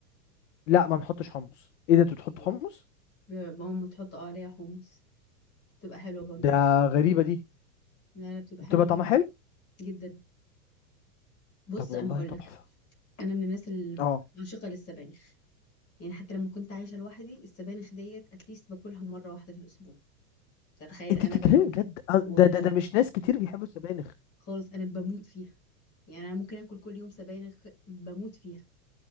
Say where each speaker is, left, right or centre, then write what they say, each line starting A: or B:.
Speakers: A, on the left; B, on the left.
A: لا ما بنحطش حمص ايه ده انت
B: اوكي
A: بتحط حمص
B: ماما تحط اه عليها حمص بتبقى حلوه برضو
A: ده غريبه دي
B: لا لا بتبقى حلوه
A: بتبقى
B: جدا
A: طعمها حلو
B: جدا بص
A: طب والله
B: انا هقول
A: تحفه
B: لك انا من الناس اللي
A: اه
B: عاشقه للسبانخ يعني حتى لما كنت عايشه لوحدي السبانخ ديت اتليست باكلها مره واحده في الاسبوع تتخيل
A: انت
B: انا
A: بتتكلمي
B: باكل
A: بجد آه،
B: والله
A: ده ده
B: العظيم
A: ده مش ناس كتير بيحبوا السبانخ
B: خالص انا بموت فيها يعني انا ممكن اكل كل يوم سبانخ بموت فيها